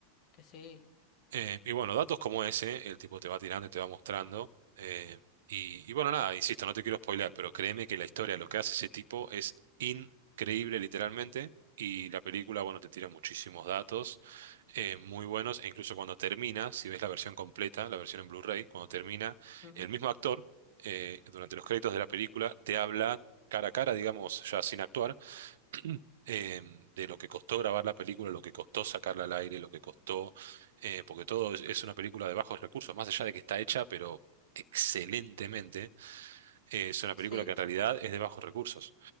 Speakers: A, on the left; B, on the right.
A: que sí.
B: Eh, y bueno, datos como ese, el tipo te va tirando y te va mostrando. eh, y, y bueno, nada, insisto, no te quiero spoilear, pero créeme que la historia, lo que hace ese tipo es increíble literalmente. Y la película, bueno, te tira muchísimos datos eh, muy buenos. E incluso cuando termina, si ves la versión completa, la versión en Blu-ray, cuando termina,
A: Ujú.
B: el mismo actor, eh, durante los créditos de la película, te habla cara a cara, digamos, ya sin actuar eh, de lo que costó grabar la película, lo que costó sacarla al aire, lo que costó, eh, porque todo es, es una película de bajos recursos, más allá de que está hecha, pero excelentemente, eh, es una película
A: Sí,
B: que en
A: sí.
B: realidad es de bajos recursos.